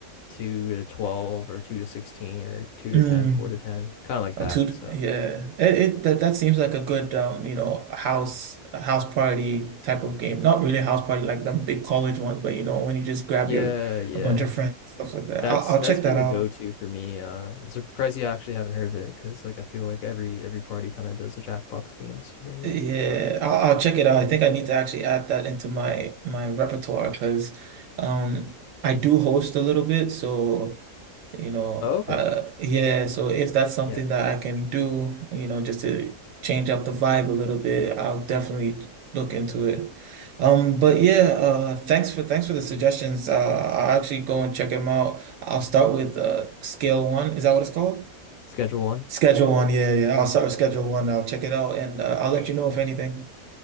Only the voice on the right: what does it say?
Mm.
Oh,
two,
yeah. It, it that that seems like a good um, you know, house house party type of game. Not really a house party like them big college ones, but you know, when you just grab
your
a bunch of friends and stuff like that.
I'll, I'll
check
that
out.
Yeah,
I'll, I'll check it out. I think I need to actually add that into my my repertoire because um I do host a little bit, so you know,
uh, yeah, so if that's something
that I can do, you know, just to change up the vibe a little bit, I'll definitely look into it. Um, but yeah, uh, thanks for thanks for the suggestions. Uh, I'll actually go and check them out. I'll start with uh, scale one. Is that what it's called?
Schedule one. Yeah, yeah. I'll start with schedule one. I'll check it out and uh, I'll let you know if anything.